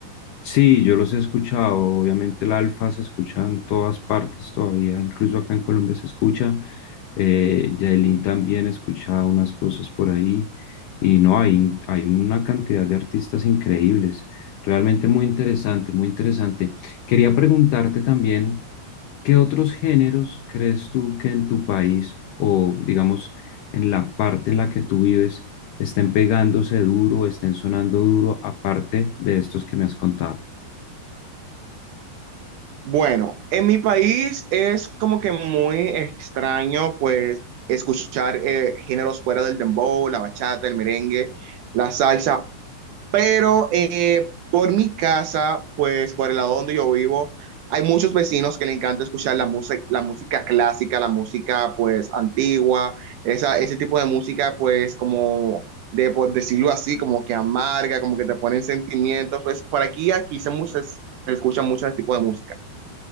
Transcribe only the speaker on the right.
Bueno, en mi país es como que muy extraño, pues, escuchar eh, géneros fuera del dembow, la bachata, el merengue, la salsa, pero Por mi casa, pues por el lado donde yo vivo, hay muchos vecinos que le encanta escuchar la música, la música clásica, la música pues antigua, esa, ese tipo de música pues como de, por decirlo así, como que amarga, como que te ponen sentimientos. Pues por aquí, aquí se, mu- se, se escucha mucho ese tipo de música.